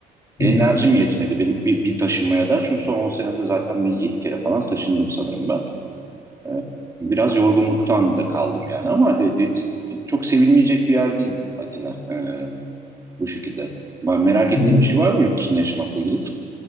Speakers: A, on the left; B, on the right.
A: Hı
B: Enerjim
A: hı.
B: yetmedi bir, bir, bir taşınmaya da. Çünkü son 10 senede zaten bir 7 kere falan taşındım sanırım ben. Ee, Biraz yorgunluktan da kaldım yani ama dedi, çok sevilmeyecek bir yer değil Atina ee, bu şekilde. Ben merak ettiğim
A: Oo.
B: bir şey var mı yurt dışında yaşamakla ilgili?